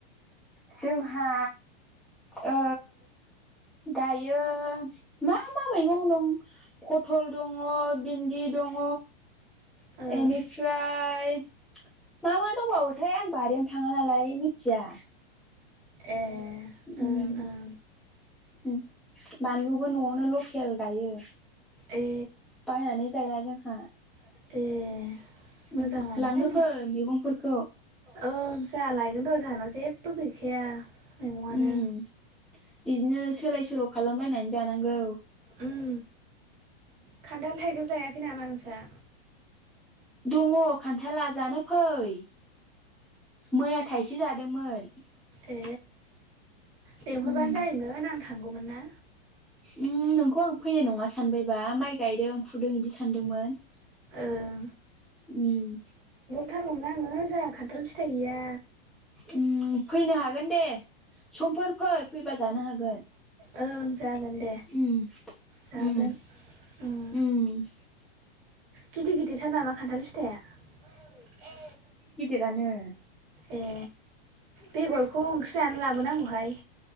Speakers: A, in the centre; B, on the right.
A: जोंहा ओ दायो मा मा मैगं दं पथल दङ बिन्दि दङ
B: ओं
A: एनिफ्राय मा मा दंबावोथाय आं बारियावनो थाङा नालाय मिथिया।
B: ए ओं
A: उम।
B: ओं
A: उम बानलुबो न'आवनो लकेल गायो।
B: ए
A: बायनानै जाया जोंहा।
B: ए मोजाङानोहाय
A: उम लांनो फै मैगंफोरखौ।
B: ओ जाहा लायगोन र जाहानाव जेबो गैखाया। मैगंआनो
A: उम इदिनो सोलाय सोल' खालामलायनानै जानांगौ ‌।
B: उम खान्थाल थाइजौ जायाखै नामा नोंसा?
A: दङ खान्थाला जानो फै। मैया थाइसे जादोमोन।
B: ए लिंहरबानो
A: उम
B: जायोमोन आं थांगौमोन ना।
A: उम नोंखौ आं फैनाय नङा सानबायबा माइ गायदों फुदों इदि सानदोंमोन।
B: ओं
A: उम।
B: थारगौमोन आङो जा खाथाल फिथाइ गैया।
A: उम फैनो हागोन दे समफोर फै फैबा जानो हागोन।
B: ओं जागोन दे
A: ओम
B: जागोन
A: ओम।
B: उम
A: ओम।
B: गिदिर गिदिरथार नामा खान्थाल फिथाइआ?
A: आनो
B: ए बेगरखौ ओंख्रि जानो लाबोनांगौहाय।